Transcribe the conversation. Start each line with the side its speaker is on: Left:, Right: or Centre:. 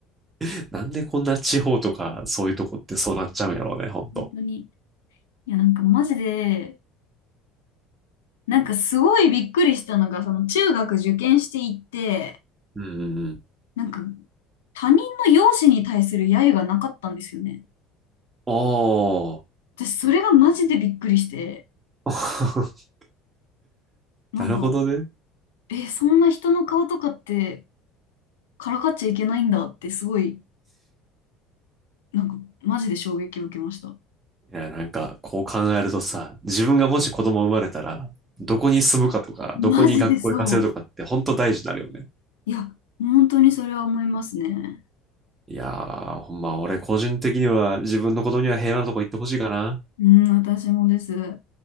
Right: <laughs> なんでこんな地方とか、そういうとこってそうなっちゃうんやろうね、ほんと。
Left: 本当に。いや、なんかマジで、なんかすごいびっくりしたのが、その中学受験していって、
Right: うんうんうん。
Left: なんか他人の容姿に対する揶揄がなかったんですよね。
Right: おー。
Left: 私それがマジでびっくりして、
Right: <laughs>
Left: なんか、
Right: なるほどね。
Left: え、そんな人の顔とかってからかっちゃいけないんだってすごい、なんかマジで衝撃を受けました。
Right: いや、なんか、こう考えるとさ、自分がもし子供生まれたら、どこに住むかとか、
Left: マジでそう。
Right: どこに学校行かせるとかって、ほんと大事になるよね。
Left: いや、本当にそれは思いますね。
Right: いやー、ほんま、俺個人的には自分の子供には平和なとこ行ってほしいかな。
Left: うん、私もです。